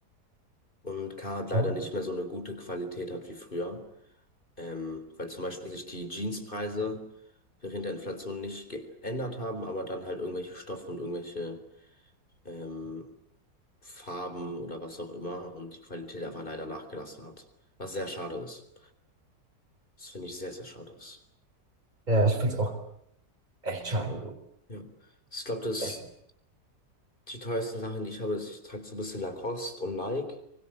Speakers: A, on the left; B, on the right.
A: und Carhartt leider
B: Ja,
A: nicht mehr so eine gute Qualität hat wie früher, ähm, weil zum Beispiel sich die Jeanspreise während der Inflation nicht geändert haben, aber dann halt irgendwelche Stoffe und irgendwelche ähm, Farben oder was auch immer und die Qualität einfach leider nachgelassen hat, was sehr schade ist. Das finde ich sehr, sehr schade ist.
B: ja ich finde es auch Echt schade. so.
A: Ja. Ich glaube, das
B: Echt.
A: die teuersten Sachen, die ich habe, ist, ich trage so ein bisschen Lacoste und Nike.